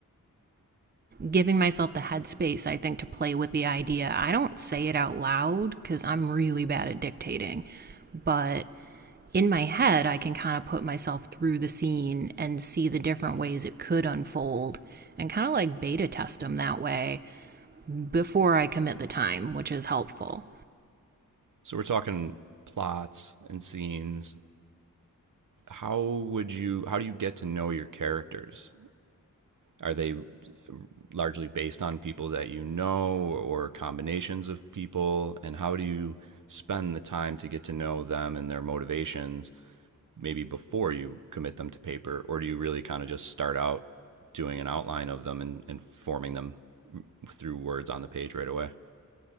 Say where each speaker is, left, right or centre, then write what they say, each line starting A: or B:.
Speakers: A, on the right; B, on the right.
A: giving myself the headspace, I think, to play with the idea. I don't say it out loud because I'm really bad at dictating, but in my head, I can kind of put myself through the scene and see the different ways it could unfold and kind of like beta test them that way before I commit the time, which is helpful.
B: So we're talking plots and scenes. How would you how do you get to know your characters? Are they largely based on people that you know or combinations of people and how do you spend the time to get to know them and their motivations maybe before you commit them to paper or do you really kind of just start out doing an outline of them and, and forming them through words on the page right away